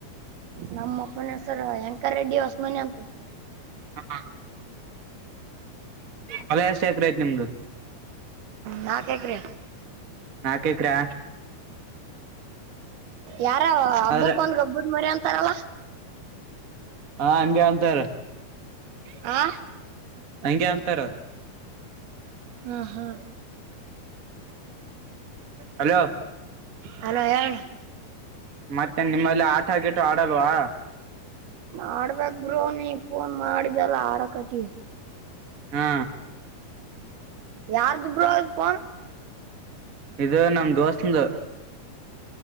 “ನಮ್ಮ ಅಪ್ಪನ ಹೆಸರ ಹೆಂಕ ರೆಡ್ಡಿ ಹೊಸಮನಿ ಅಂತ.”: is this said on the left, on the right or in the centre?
Right